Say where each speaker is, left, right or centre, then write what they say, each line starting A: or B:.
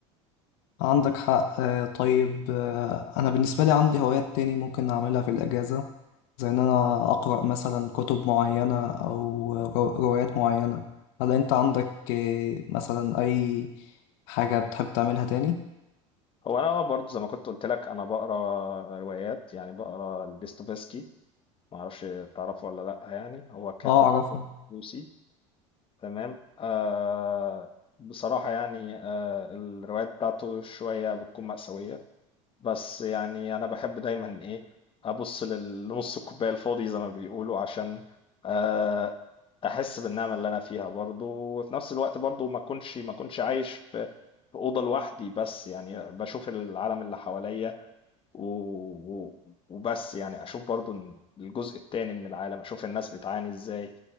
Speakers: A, on the left; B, on the left.
A: عندك حق آه، طيب آه، أنا بالنسبة لي عندي هوايات تاني ممكن أعملها في الأجازة زي إن أنا أقرأ مثلا كتب معينة أو رو- روايات معينة هل أنت عندك آه، مثلا أي حاجة بتحب تعملها تاني؟
B: هو انا آه برضه زي ما كنت قلت لك انا بقرا روايات يعني بقرا ديستوفسكي ما اعرفش تعرفه ولا لا يعني هو كاتب
A: آه أعرفها
B: روسي تمام آه بصراحة يعني آه الروايات بتاعته شوية بتكون مأساوية بس يعني أنا باحب دايمًا إيه، أبُص لل لنُص الكوباية الفاضي زي ما بيقولوا عشان آآ أحس بالنعمة اللي أنا فيها برضه، وفي نفس الوقت برضه ما أكونش ما أكونش عايش في في أوضة لوحدي بس، يعني باشوف العالم اللي حواليّا و و وبس يعني، أشوف برضه إن الجزء التاني من العالم، أشوف الناس بتعاني إزاي